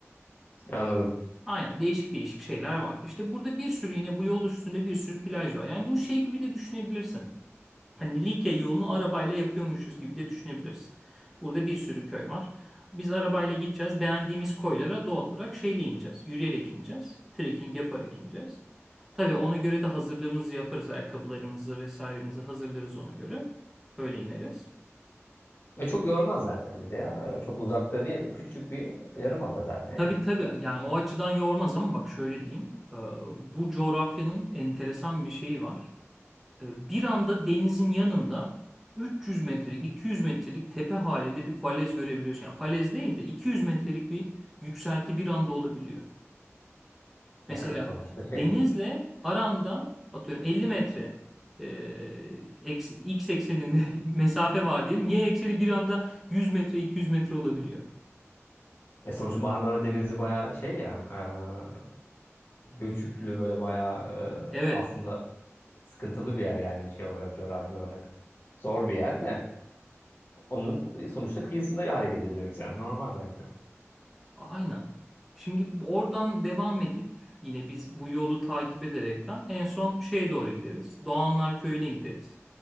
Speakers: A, on the left; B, in the centre.
A: anladım.
B: Aynen değişik değişik şeyler var. İşte burada bir sürü yine bu yol üstünde bir sürü plaj var. Yani bunu şey gibi de düşünebilirsin. Hani Likya yolunu arabayla yapıyormuşuz gibi de düşünebilirsin. Burada bir sürü köy var. Biz arabayla gideceğiz. Beğendiğimiz koylara doğal olarak şeyle ineceğiz. Yürüyerek ineceğiz. Trekking yaparak ineceğiz. Tabii ona göre de hazırlığımızı yaparız. Ayakkabılarımızı vesairemizi hazırlarız ona göre. Öyle ineriz.
A: E çok yormaz zaten bizi ya. E çok uzakta değil. Küçücük bir yarımada zaten
B: Tabii
A: yani.
B: tabii yani o açıdan yormaz ama bak şöyle diyeyim. Ee, Bu coğrafyanın enteresan bir şeyi var. Ee, Bir anda denizin yanında 300 metrelik 200 metrelik tepe halinde bir falez görebiliyorsun. Yani falez değil de 200 metrelik bir yükselti bir anda olabiliyor.
A: Yani
B: Mesela
A: sonuçta
B: denizle
A: şey.
B: aranda atıyorum 50 metre e, eks- x ekseninde <laughs> mesafe var diyelim. Y ekseni bir anda 100 metre 200 metre olabiliyor.
A: E sonuçta Marmara Denizi bayağı şey ya. e, göçüklü böyle bayağı
B: Evet.
A: e, aslında sıkıntılı bir yer yani şey olarak coğrafi olarak. Zor bir yer de onun e, sonuçta kıyısında hareket ediyoruz yani normal bence.
B: Aynen. Şimdi oradan devam edip yine biz bu yolu takip ederekten en son şeye doğru gideriz. Doğanlar Köyü'ne gideriz.